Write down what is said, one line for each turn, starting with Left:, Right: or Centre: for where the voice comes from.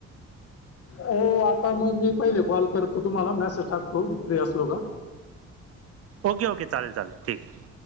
Left: हो आता मग मी पहिले कॉल करतो तुम्हाला मेसेज टाकतो फ्री असलो का
Right: ओके ओके चालेल चालेल ठीक आहे.